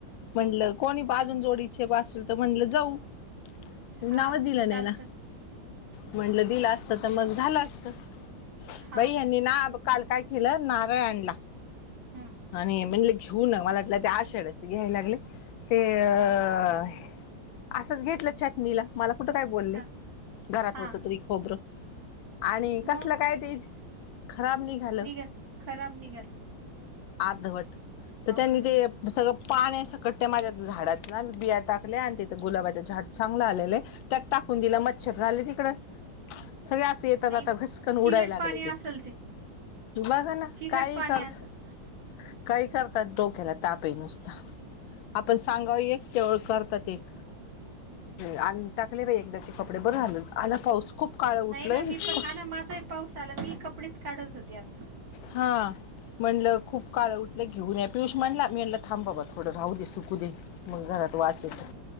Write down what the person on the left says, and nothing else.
म्हटलं कोणी बाजून जोडीचे असल तर म्हटलं जाऊ. तुम्ही
नावच दिलं
नाही ना. म्हटलं दिलं असत तर मग झालं असत
बाई
ह्यांनी ना काल काय केलं, नारळ आणला.
आणि म्हटल घेऊ ना मला वाटल त्या आषाढ्याच घ्यायला लागले ते अ असंच घेतलं चटणीला मला कुठं काय बोलले,
घरात
होत तरी खोबरं. आणि कसलं
काय ते खराब निघालं.
अर्धवट, तर त्यांनी
ते सगळं पाण्या सकट माझ्या झाडात ना बिया टाकल्या, आणि तिथं गुलाबाचे झाड चांगलं आलेलय. त्यात टाकून दिल्या, मच्छर झालत हिकडं. सगळे अस येता
जाता घसकण उडायला
लागलय ते.
बघा ना
काही
करत्यात.
काही करतात डोक्याला ताप आहे नुसता. आपण सांगाव एक त्यावर करतात एक. आणून टाकले बाई एकदाचे कपडे बर झाल आला पाऊस. खूप काळ उठलंय
इतकं
हां म्हणलं खूप काळ उठलं घेऊन या पियुष म्हणला, मी म्हणलं थांब बाबा थोडं राहू दे सुकू दे. मग घरात वास येतो,